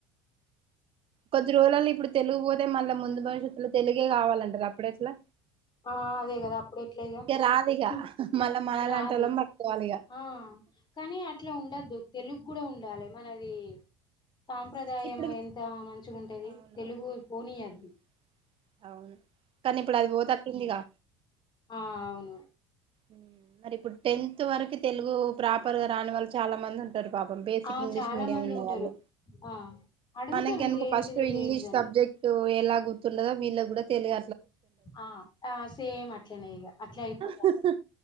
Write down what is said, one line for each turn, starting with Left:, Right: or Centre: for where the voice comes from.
Right: కొద్ది రోజులల్లో ఇప్పుడు తెలుగు పోతే మళ్ళా ముందు భవిష్యత్లో తెలుగే కావాలంటారు అప్పుడ ఎట్లా
Left: ఆ అదే కదా అప్పుడు ఎట్ల ఇగా
Right: రాదిగా
Left: హు
Right: మళ్ళా మనలాంటోళ్ళం
Left: రాదు
Right: పట్టుకోవాలి ఇగ
Left: ఆ కానీ అట్లా ఉండద్దు తెలుగు కూడా ఉండ డాలే మనది సాంప్రదాయం
Right: ఇప్పుడు
Left: ఎంత మంచిగాంటేది
Right: అవునవును
Left: తెలుగు పోనీయాధు
Right: ఉమ్ అవును కానిఇప్పుడు అది పోతట్టుందిగా
Left: ఆ అవును
Right: ఉమ్ మరి ఇప్పుడు టెన్త్ వరకు తెలుగు ప్రాపర్ గా రాని వాళ్ళు చాలా మంది ఉం టారు పాపం బేసిక్
Left: ఆ
Right: ఇంగ్లీష్
Left: చాలా
Right: మీడియం
Left: మంది
Right: ఉన్న
Left: ఉంటారు
Right: వాళ్ళు
Left: ఆ అడుగుతారు
Right: మనకి గనక
Left: ఇదేంటిది
Right: ఫస్ట్
Left: ఇదేంటిదని
Right: ఇంగ్లీష్ సబ్జెక్ట్ ఒకా వేలా గుర్తుండదో వీళ్ళ కి కూడా తెలియ
Left: ఆ ఆ సేమ్ అట్లనే ఇక అట్లే అయిపోత
Right: హు హు